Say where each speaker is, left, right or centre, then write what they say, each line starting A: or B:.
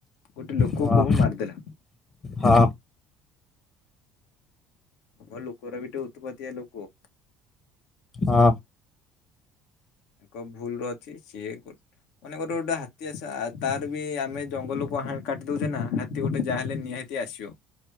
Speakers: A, on the left (about 70°); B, on the left (about 35°).
A: ଗୋଟେ ଲୋକକୁ
B: ହଁ
A: ମାରିଦେଲା।
B: ହଁ।
A: ଅ ଲୋକଗୁରାବି ଉତ୍ ପାତିଆ ଲୋକ।
B: ହଁ।
A: ତାଙ୍କ ଭୁଲ ଅଛି ସିଏ କୁଟ ମାନେ ଗୋଟେ ଗୋଟେ ହାତୀ ଆସ ଆ ତାର ବି ଆମେ ଜଙ୍ଗଲକୁୁ ହା କାଟି ଦଉଛେ ନା ହାତୀ ଗୋଟେ ଯାହା ହେଲେ ନିହା ତି ଆସିବ।